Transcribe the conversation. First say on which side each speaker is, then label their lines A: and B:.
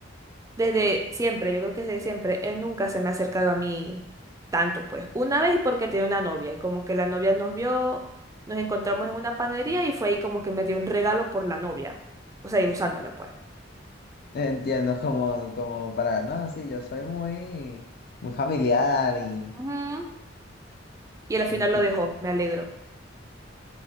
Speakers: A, on the right; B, on the left.
A: desde siempre, yo creo que desde siempre, él nunca se me ha acercado a mí tanto, pues. Una vez porque tenía una novia y como que la novia nos vio, nos encontramos en una panadería y fue ahí como que me dio un regalo por la novia. O sea, y usándome, pues.
B: Entiendo, como, como para. No, sí, yo soy muy, muy familiar y.
A: Ujú. Y al
B: entiendo.
A: final lo dejó, me alegro.